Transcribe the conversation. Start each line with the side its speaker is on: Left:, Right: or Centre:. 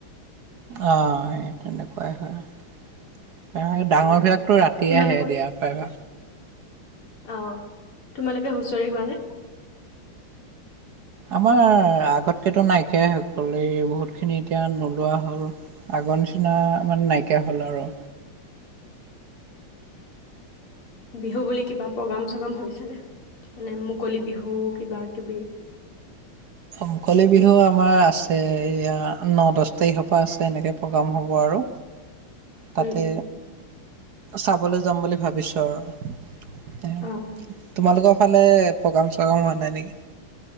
Right: অ', সেই তেনেকুৱাই হয়। ডাঙৰ
Left: উম,
Right: বিলাকতো ৰাতিয়ে
Left: তোমালোকৰ
Right: আহে দিয়া পায়বা।
Left: অ', তোমালোকে হুঁচৰি গোৱানে?
Right: আমাৰ আগতকেতো নাইকিয়াই হৈকল এই বহুতখিনি এতিয়া নোলোৱা হ'ল আগৰ নিচিনা মানে নাইকিয়া হ'ল আৰু।
Left: বিহু বুলি কিবা প্ৰগ্ৰাম চগ্ৰাম হৈছেনে মানে মুকলি বিহু কিবা কিবি?
Right: মুকলি বিহু আমাৰ আছে এয়া ন দহ তাৰিখৰ পৰা আছে এনেকে প্ৰগ্ৰাম হ'ব আৰু তাতে
Left: উম, উম,
Right: চাবলৈ যাম বুলি ভাবিছোঁ আৰু।
Left: অ',
Right: তোমালোকক সেইফালে প্ৰ'গ্ৰাম চগ্ৰাম হোৱা নাই নেকি